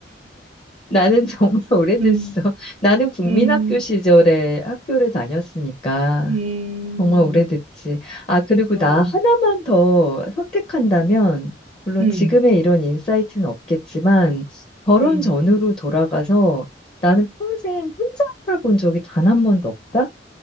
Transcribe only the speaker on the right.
음,
음,
음,
맞아.
음,
음.